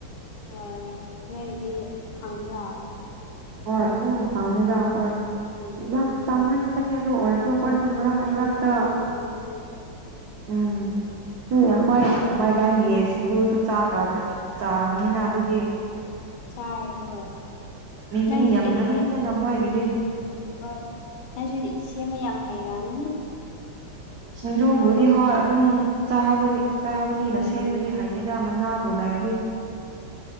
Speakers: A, on the left (about 80°); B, on the right (about 70°).
A: ꯍꯣꯏ ꯅꯣꯏꯒꯤꯗꯤ ꯐꯪꯕ꯭ꯔꯥ
B: ꯍꯣꯏ ꯑꯗꯨ ꯈꯪꯅꯤꯤꯗ ꯑꯩꯈꯣꯏ
A: ꯎꯝ
B: ꯌꯥꯝ
A: ꯐꯩꯅ
B: ꯆꯥꯍꯟꯕꯅꯤ ꯑꯗꯨ ꯑꯣꯏꯔꯁꯨ
A: ꯑꯩꯈꯣꯏ
B: ꯑꯣꯏꯔꯁꯨ
A: ꯃꯐꯝꯗꯤ
B: ꯃꯔꯛ ꯃꯔꯛꯇ
A: ꯑꯩ ꯐꯪꯕ ꯌꯥꯝ
B: ꯎꯝ ꯁꯤ ꯑꯩꯈꯣꯏ ꯊꯃꯥꯏꯕꯟꯒꯤ ꯁꯤꯡꯖꯨꯁꯨ ꯆꯥꯈ꯭ꯔꯕ ꯆꯥ ꯅꯤꯅ ꯑꯗꯨꯗꯤ
A: ꯆꯥꯏ ꯍꯣꯏ
B: ꯃꯤꯃꯤ
A: ꯅꯪꯗꯤ
B: ꯌꯥꯝꯃꯟꯗꯅ
A: ꯀꯔꯤ
B: ꯃꯣꯏꯒꯤꯗꯤ
A: ꯎꯝ ꯍꯣꯏ ꯅꯪꯁꯨ ꯁꯦꯝꯕ ꯌꯥꯝ ꯍꯥꯏꯩꯔꯝꯅꯦ
B: ꯁꯤꯡꯖꯨꯕꯨꯗꯤ ꯍꯣꯏ ꯑꯗꯨꯝꯥ ꯆꯥꯕꯅꯤꯅ
A: ꯎꯝ
B: ꯁꯦꯝꯕꯗꯤ ꯍꯥꯏ ꯑꯩꯗ ꯃꯅꯥꯕꯣꯂꯗꯤ